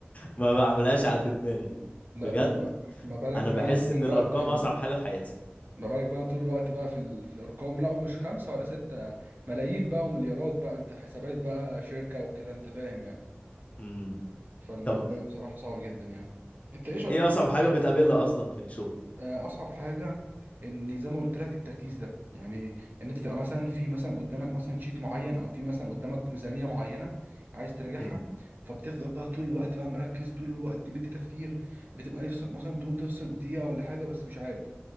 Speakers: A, on the left; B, on the right.
A: ما بعملهاش على في دماغي
B: لا
A: بجد
B: ما ما بالك
A: انا
B: بقى
A: بحس
B: انا طول
A: ان
B: الوقت
A: الارقام
B: في
A: اصعب حاجه في حياتي
B: ما بالك بقى طول الوقت بقى في ال... في الارقام لا ومش خمسه ولا سته ملايين بقى ومليارات بقى انت حسابات بقى شركه وكده انت فاهم يعني
A: امم
B: فالموضوع
A: طب
B: بصراحه صعب جدا يعني انت ايه شغال
A: ايه اصعب حاجه بتقابلها اصلا في الشغل
B: آه، اصعب حاجه ان زي ما قلت لك التركيز ده يعني ان انت تبقى مثلا في مثلا قدامك مثلا شيت معين او في مثلا قدامك ميزانيه معينه عايز تراجعها
A: امم
B: فبتفضل بقى طول الوقت بقى مركز طول الوقت مدي تفكير بتبقى نفسك مثلا تقوم تفصل دقيقه ولا حاجه بس مش عارف